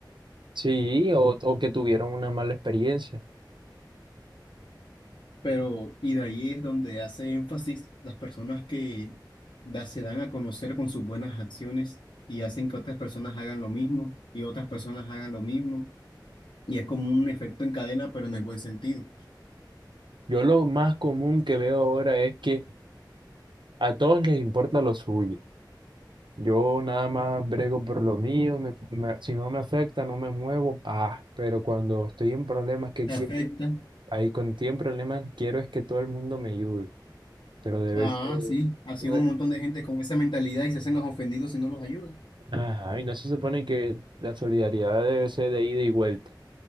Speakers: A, on the right; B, on the left.
A: Sí, o, o que tuvieron una mala experiencia.
B: Pero, y de ahí es donde hace énfasis las personas que da- se dan a conocer con sus buenas acciones y hacen que otras personas hagan lo mismo y otras personas hagan lo mismo. Y es como un efecto en cadena, pero en el buen sentido.
A: Yo lo más común que veo ahora es que a todos les importa lo suyo. Yo nada más brego por lo mío, me- me- si no me afecta, no me muevo. Ah, pero cuando estoy en problemas que
B: Te
A: quiero,
B: afecta.
A: ahí con tiempo problemas quiero es que todo el mundo me ayude. Pero debe
B: Ah,
A: ser,
B: sí. Así
A: no
B: es un
A: de-
B: montón de gente con esa mentalidad y se hacen los ofendidos si no los ayudan.
A: ajá, y no se supone que la solidaridad debe ser de ida y vuelta.